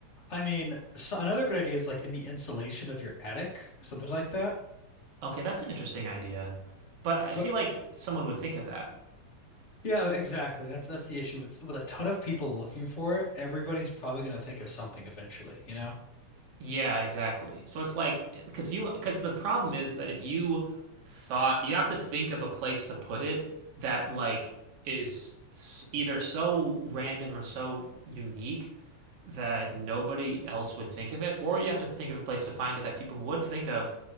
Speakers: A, on the left; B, on the right.
A: I mean, so another good idea is like in the insulation of your attic or something like that.
B: Okay, that's an interesting idea. But I
A: But
B: feel like someone would think of that.
A: yeah, exactly. That's that's the issue with with a ton of people looking for it, everybody's probably going to think of something eventually, you know?
B: Yeah, exactly. So it's like because you because the problem is that if you thought you have to think of a place to put it that like is s- either so random or so unique that nobody else would think of it, or you have to think of a place to find it that people would think of,